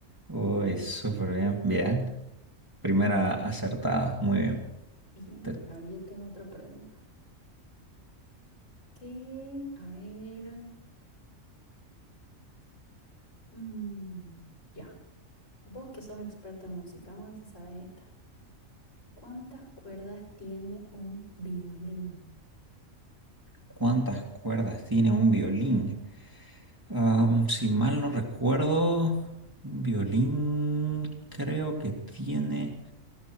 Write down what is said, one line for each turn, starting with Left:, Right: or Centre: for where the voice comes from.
Right: Uy, súper bien, bien. Primera acertada, muy bien.
Left: Bien,
Right: Te-
Left: a ver, yo te hago otra pregunta. ¿Qué? A ver. mm, ya, vos que sos experto en música, vamos a ver si sabes esto. ¿Cuántas cuerdas tiene un violín?
Right: ¿Cuántas cuerdas tiene un violín? Am, si mal no recuerdo, un violín creo que tiene,